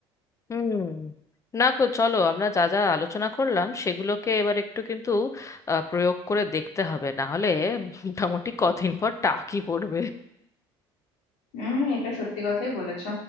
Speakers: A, on the left; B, on the left.
A: হুম না গো চলো আমরা যা যা আলোচনা করলাম সেগুলোকে এবার একটু কিন্তু আহ, প্রয়োগ করে দেখতে হবে না হলে মোটামুটি কদিন পর টাকি পড়বে
B: হুম এটা সত্যি কথাই বলেছো